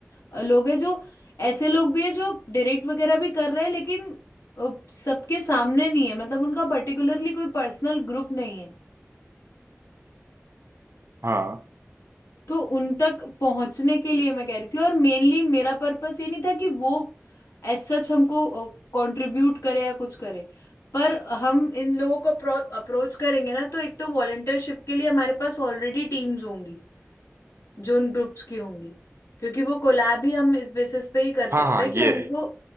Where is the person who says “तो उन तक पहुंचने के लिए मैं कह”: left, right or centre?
Left